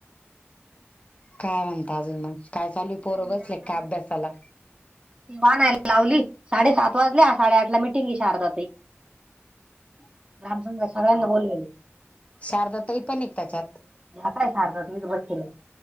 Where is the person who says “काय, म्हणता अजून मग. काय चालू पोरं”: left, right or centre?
Left